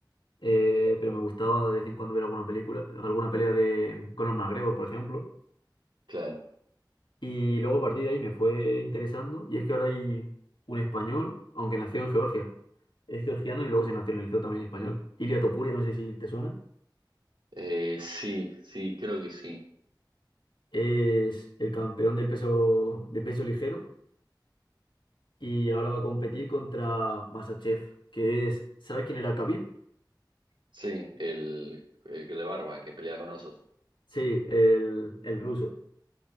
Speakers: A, on the left; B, on the right.
A: eh, pero me gustaba de vez en cuando ver alguna película, alguna pelea de mm, Conor McGregor, por ejemplo.
B: Claro.
A: Y luego a partir de ahí me fue interesando. Y es que ahora hay un español, aunque nació en Georgia. Es georgiano y luego se nacionalizó también español. Ilia Topuria, no sé si te suena.
B: Eh, sí, sí, creo que sí.
A: Es el campeón del peso, de peso ligero y ahora va a competir contra Masachev, que es, ¿sabes quién era Khabib?
B: Sí, el, el que de barba, que pelea con osos.
A: Sí, el, el ruso.